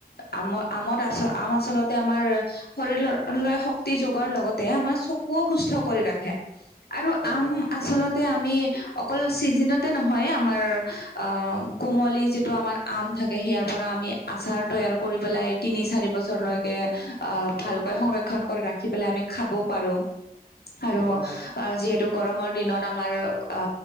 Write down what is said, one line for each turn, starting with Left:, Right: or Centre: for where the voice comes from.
Left: আমৰ আমত আ আম আচলতে আমাৰ <unintelligible> লৈ শক্তি যোগোৱাৰ লগতে আমাৰ চকুও সুস্থ কৰি ৰাখে, আৰু
Right: হয়
Left: আম আচলত তে আমি অকল চিজনতে নহয় আমাৰ অ কোমলী যিটো আমাৰ আম থাকে সেইয়াৰ পৰা আমি আচাৰ তৈয়াৰ কৰি পেলাই তিনি চাৰি বছৰলৈকে আ ভাল সংৰক্ষণ কৰি ৰাখি পেলাই আমি খাব পাৰো, আৰু
Right: হয় হয় হয়
Left: অ যিহেতু গৰমৰ দিনত আমাৰ আ